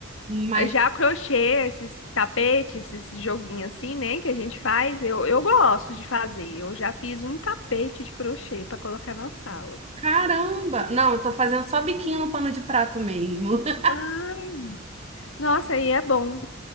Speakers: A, on the right; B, on the left.
A: Mas
B: Já crochê, esses tapetes, esses joguinhos assim, né, que a gente faz, eu, eu gosto de fazer. Eu já fiz um tapete de crochê para colocar na sala.
A: caramba! Não, eu tô fazendo só biquinho no pano de prato mesmo. <laughs>
B: Ah, nossa, aí é bom.